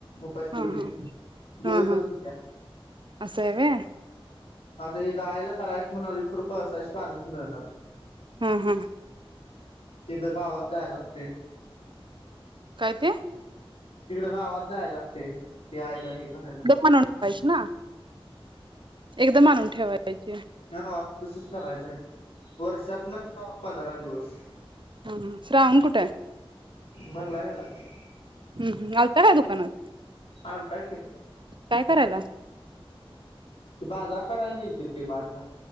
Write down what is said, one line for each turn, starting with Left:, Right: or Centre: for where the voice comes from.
Left: उपाशीपोटी
Right: हा हा
Left: गोळी
Right: हा
Left: बंद
Right: हा
Left: हुतीया.
Right: असं आहे व्हय
Left: आता हे दहायला करायचं म्हणाली कृप असाय पानचं मिळणात.
Right: हा हा
Left: तिथं गावात जायला लागतय.
Right: काय ते?
Left: तिकडे गावात जायला लागतय. ते आयला हे करायला
Right: गप्प म्हननं आहेत ना. एकदम आणून ठेवायद्यायचे.
Left: हा हा तसच करायच हाय वर्षातन पंधरा दिवस
Right: हा हा श्रावण कुठ हाय?
Left: भरला गेलाय.
Right: आलता काय दुकानात
Left: आलंता की
Right: काय करायलाव
Left: ती बाजार करायला गेलतीत डी मार्टला